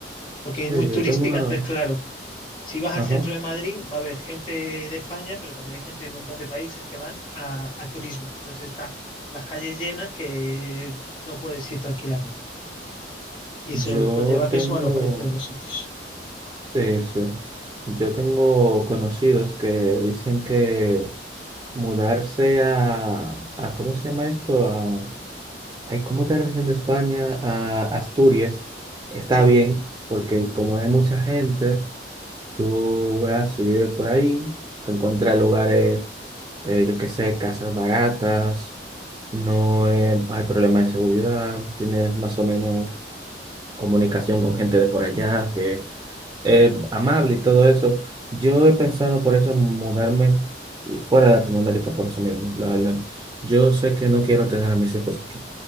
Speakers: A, on the left; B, on the right.
A: porque
B: Sí,
A: es muy
B: yo
A: turística,
B: tengo una...
A: entonces claro, si vas
B: Ajá.
A: al centro de Madrid va a haber gente de España, pero también hay gente de un montón de países que van a, a turismo, entonces está las calles llenas que no puedes ir tranquilamente. Y eso
B: Yo
A: conlleva que
B: tengo...
A: suban los precios de los sitios.
B: Sí, sí. Yo tengo conocidos que dicen que mudarse a... a ¿cómo se llama esto? Ay, ¿cómo está región de España a Asturias? Está
A: Sí,
B: bien, porque como hay mucha gente, tú vas si vives por ahí, te encuentras lugares, eh, yo qué sé, casas baratas, no eh, hay problema de seguridad, tienes más o menos comunicación con gente de por allá, que eh, amable y todo eso. Yo he pensado por eso en mudarme fuera de Latinoamérica, por eso mismo, la verdad. Yo sé que no quiero tener a mis hijos aquí.